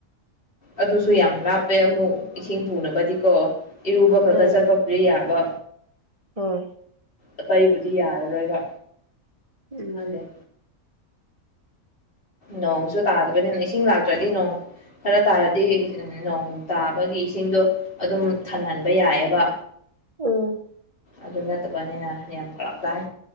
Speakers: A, on the left (about 40°); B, on the right (about 25°).
A: ꯑꯗꯨꯁꯨ ꯌꯥꯝ ꯂꯥꯞꯄꯦ ꯑꯃꯨꯛ ꯏꯁꯤꯡ ꯄꯨꯅꯕꯗꯤꯀꯣ ꯏꯔꯨꯕ ꯈꯛꯇ
B: ꯎꯝ
A: ꯆꯠꯄꯕꯨꯗꯤ ꯌꯥꯕ
B: ꯍꯣꯏ
A: ꯑꯇꯩꯕꯨꯗꯤ ꯌꯥꯔꯔꯣꯏꯕ
B: ꯎꯝ
A: ꯈꯪꯗꯦ ꯅꯣꯡꯁꯨ ꯇꯥꯗꯕꯅꯤꯅ ꯏꯁꯤꯡ ꯂꯥꯛꯇ꯭ꯔꯗꯤ ꯅꯣꯡ ꯈꯔ ꯇꯥꯔꯗꯤ ꯅꯣꯡ ꯇꯥꯕꯒꯤ ꯏꯁꯤꯡꯗꯣ ꯑꯗꯨꯝ ꯊꯟꯍꯟꯕ ꯌꯥꯏꯑꯕ
B: ꯎꯝ
A: ꯑꯗꯨ ꯅꯠꯇꯕꯅꯤꯅ ꯌꯥꯝ ꯐꯔꯛ ꯇꯥꯏ